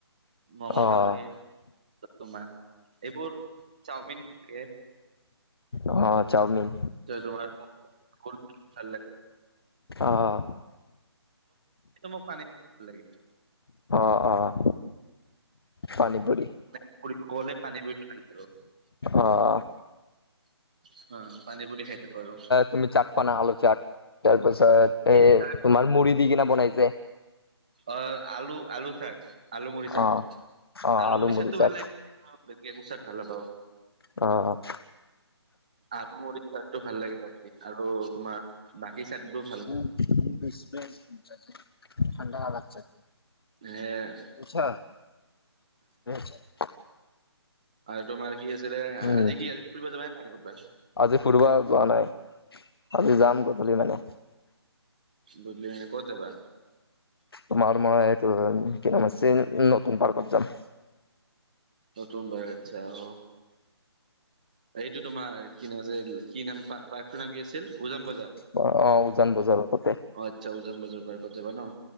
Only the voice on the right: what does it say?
ম'মও
ভাল লাগে তোমাৰ, এইবোৰ চাওমিন লাগে।
<unintelligible>
মোক পানীত ভাল লাগে।
সকলোৱে পানীপুৰিটো খায়। উম
পানী পুৰি খাই থাকোঁ আৰু।
এই চাট
অ', আলু, আলু চাট আলু মুৰিৰ চাট,
আলুমুড়ি
চাটটো
ভাল লাগে বাকী একো চাট ভাল নাপাওঁ।
আলু মুৰিৰ চাদটো ভাল লাগে বাকী, আৰু তোমাৰ বাকী চাদটো
এই
আৰু তোমাৰ কি আছিলে?
আজি কি, আজি ফুৰিব যাবান নে নাই কৰ'বাত?
গধুলি মানে ক'ত যাবা?
নতুন পাৰ্কত যাই, অ'। এইটো তোমাৰ কি নাম আছিল? কি নাম, পাৰ্কটোৰ নাম কি আছিল? উজান বাজ
অ', আচ্ছা, উজান বজাৰৰ পাৰ্কত যাবা ন?